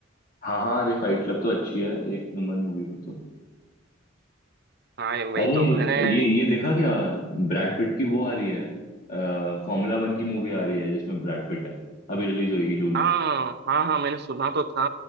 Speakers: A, on the left (about 45°); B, on the right (about 55°).
A: हाँ हाँ अरे फाइट क्लब तो अच्छी है एक नंबर मूवी वो तो
B: हाँ ये वही
A: अरे
B: तो
A: ये
B: मैंने
A: ये देखा क्या ब्रैड पिट की वो आ रही है फॉर्मूला वन की मूवी आ रही है जिसमें ब्रैड पिट है अभी रिलीज होगी जून
B: हाँ
A: में
B: हाँ हाँ मैंने सुना तो था